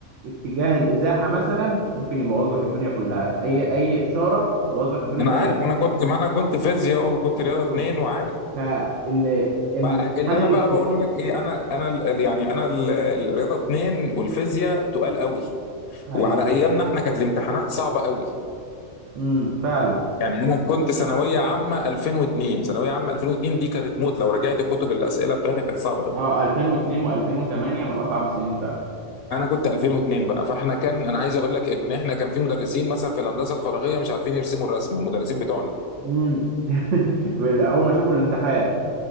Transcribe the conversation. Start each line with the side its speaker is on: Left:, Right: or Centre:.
Right: اتجاه الازاحه مثلا ممكن يبوظ لك الدنيا كلها اي اي اشاره تبوظ لك الدنيا
Left: انا
Right: كلها
Left: عارف
Right: بتجيب
Left: ما انا كنت ما انا كنت فيزياء وكنت رياضه
Right: اه
Left: اتنين وعارف
Right: فالامتحان
Left: فاللي انا
Right: اللي
Left: بقى
Right: است...
Left: بقوله لك ايه انا انا ال- يعني انا ال- الرياضه اتنين والفيزياء تقال قوي
Right: ايوه
Left: وعلى ايامنا احنا كانت الامتحانات صعبه قوي
Right: امم فعلا
Left: يعني انا كنت ثانويه عامه 2002 ثانويه عامه 2002 دي كانت موت لو رجعت كتب الاسئله بتاعتها كانت صعبه قوي
Right: اه 2002 و2008 من اصعب السنين فعلا
Left: انا كنت 2002 بقى فاحنا كان انا عايز اقول لك ان احنا كان في مدرسين مثلا في الهندسه الفراغيه مش عارفين يرسموا الرسمه المدرسين بتوعنا
Right: امم <laughs> اول ما شافوا الامتحان